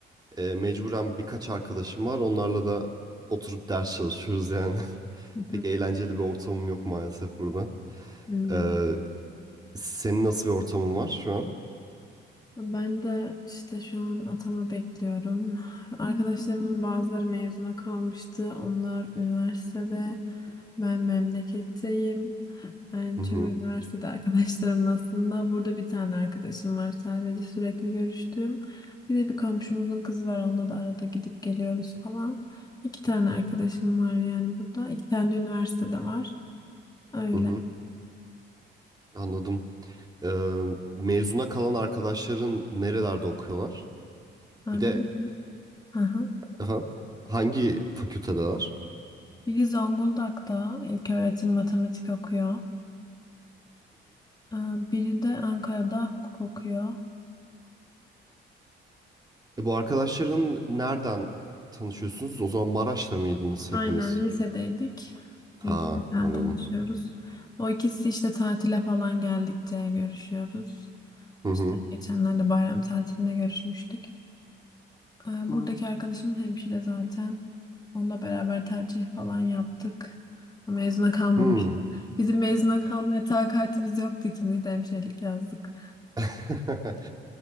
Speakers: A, on the right; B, on the left.
A: Ee, mecburen birkaç arkadaşım var. Onlarla da oturup ders çalışıyoruz yani. <laughs>
B: hı
A: Pek
B: hı,
A: eğlenceli bir ortamım yok maalesef burada.
B: hmm.
A: Ee, senin nasıl bir ortamın var şu an?
B: Ben de işte şu an atama bekliyorum. Arkadaşlarımın bazıları mezuna kalmıştı. Onlar üniversitede. Ben memleketteyim. Yani
A: Hı hı,
B: çoğu üniversitede arkadaşlarımın aslında burada bir tane arkadaşım var sadece sürekli görüştüğüm. Bir de bir komşumuzun kızı var onunla da arada gidip geliyoruz falan. İki tane arkadaşım var yani burada. İki tane de üniversitede var. Öyle.
A: hı hı, anladım. Ee, mezuna kalan arkadaşların nerelerde okuyorlar?
B: Ben
A: Bir de
B: biri, aha.
A: efendim, hangi fakültedeler?
B: Biri Zonguldak'ta ilköğretim matematik okuyor. Ee, Biri de Ankara'da hukuk okuyor.
A: E bu arkadaşların nereden tanışıyorsunuz? O zaman Maraş'ta mıydınız
B: Aynen
A: hepiniz?
B: lisedeydik.
A: Ha,
B: Liseden
A: anladım.
B: tanışıyoruz. O ikisi işte tatile falan geldikçe görüşüyoruz.
A: Hı hı.
B: İşte geçenlerde bayram tatilinde görüşmüştük. Ee, Buradaki arkadaşım hemşire zaten. Onunla beraber tercih falan yaptık. Mezuna kalmamıştı.
A: Hmm.
B: Bizim mezuna kalmaya takatimiz yoktu. İkimiz de hemşirelik yazdık.
A: <laughs>